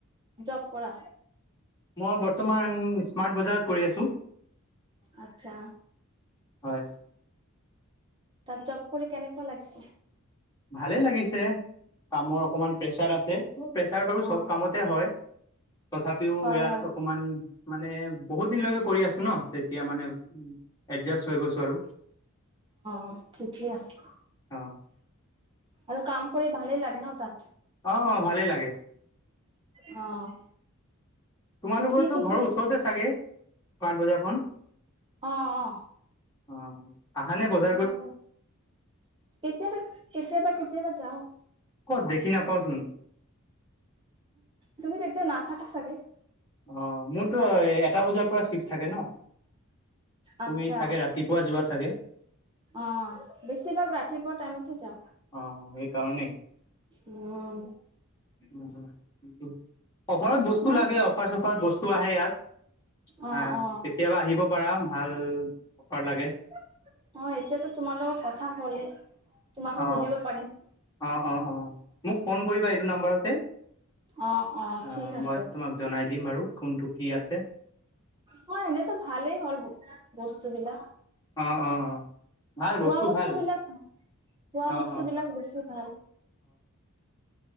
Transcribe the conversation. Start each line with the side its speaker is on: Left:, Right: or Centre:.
Right: জব কৰা?
Left: মই বৰ্তমান স্মাৰ্ট বজাৰত কৰি আছো।
Right: আচ্ছা।
Left: হয়
Right: তাত জব কৰি কেনেকুৱা লাগিছে?
Left: ভালে লাগিছে। কামৰ অকমান প্ৰেচাৰ আছে। প্ৰেছাৰ বাৰু
Right: অ
Left: চব কামতে হয়। তথাপিও
Right: হয়
Left: ইয়াত
Right: হয়
Left: অকমান মানে বহুত দিনলৈকে কৰি আছো ন। তেতিয়া মানে উ, এডজাষ্ট হৈ গৈছো আৰু।
Right: অ', ঠিকে আছে।
Left: অ
Right: আৰু কাম কৰি ভালেই লাগে ন তাত?
Left: অ', অ', ভালেই লাগে।
Right: অ'।
Left: তোমালোকৰতো
Right: কি কি
Left: ঘৰৰ
Right: কৰি
Left: ওচৰতে চাগে স্মাৰ্ট বজাৰখন?
Right: অ অ
Left: অ'। আহানে বজা
Right: মই কওঁ। কেতিয়াবা, কেতিয়াবা কেতিয়াবা যাওঁ।
Left: ক'ত দেখি নাপাওঁচোন?
Right: তুমি তেতিয়া নাথাকা চাগে।
Left: অ', মোৰতো এটা বজাৰ পৰা চিফ্ট থাকে ন। তুমি
Right: আচ্ছা
Left: চাগে ৰাতিপুৱা যোৱা চাগে।
Right: অ', বেছিভাগ ৰাতিপুৱা টাইমতে যাওঁ।
Left: অ', সেইকাৰণেই। <inaudible>
Right: উম
Left: অফাৰত বস্তু
Right: ভাল
Left: লাগে। অফাৰ-চফাৰত বস্তু আহে ইয়াত।
Right: অ
Left: আহ,
Right: অ
Left: কেতিয়াবা আহিব। পাৰা ভাল অফাৰ লাগে।
Right: অ', এতিয়াতো তোমাৰ লগত কথা হ'লে। তোমাকো
Left: অ
Right: সুধিব পাৰিম।
Left: অ', অ', অ', মোক ফোন কৰিবা এইটো নম্বাৰতে
Right: অ অ
Left: আ
Right: ঠিক আছে
Left: মই তোমাক জনাই দিম বাৰু কোনটো কি আছে।
Right: হয়। এনেইতো ভালেই হ'ল ব বস্তু বিলাক।
Left: অ', অ', অ', ভাল
Right: খোৱা
Left: বস্তু ভাল।
Right: বিলাক খোৱা
Left: অ
Right: বস্তুবিলাক
Left: অ
Right: বেছি ভাল।